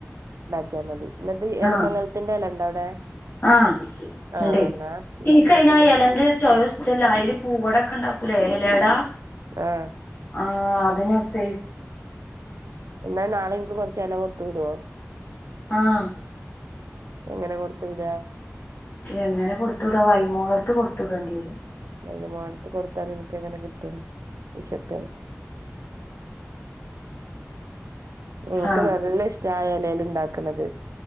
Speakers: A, on the right; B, on the left.
A: ക്കാ മതി എന്നിട്ട് എലമംഗലത്തിന്റെ
B: ആഹ്
A: എല ഉണ്ടോ അവിടെ
B: ആഹ്
A: ആഹ്
B: ഇണ്ട്
A: എന്നാ എന്നാ
B: ഇൻക്കയിനാ
A: പിന്നെ സുഖായി
B: എലന്റെ ചൊവ ഇഷ്ട്ടല്ല അയില് പൂവടൊക്കെ ഇണ്ടാക്കൂലേ എലടാ
A: ആഹ്
B: ആഹ് ആഹ് അതിനൊരു സൈസ്
A: എന്നാ നാളെ ഇൻക്ക് കൊറച്ച് എല കൊറത്തു വിടോ
B: ആഹ
A: എങ്ങനെ കൊടുത്ത് വിടാ
B: എങ്ങനെ കൊടുത്ത് വിടാ വൈമോള ത്ത് കൊടുത്ത് വിടേണ്ടി രും
A: മയ്യ മോളടുത്ത് കൊടുത്താൽ നിങ്ങക്ക്ങ്ങനെ കിട്ടും വിശകയ് ഓക്ക്
B: ആഹ്
A: നല്ല ഇഷ്ടാ ആ എലെല് ഇണ്ടാ ക്ക്ണത്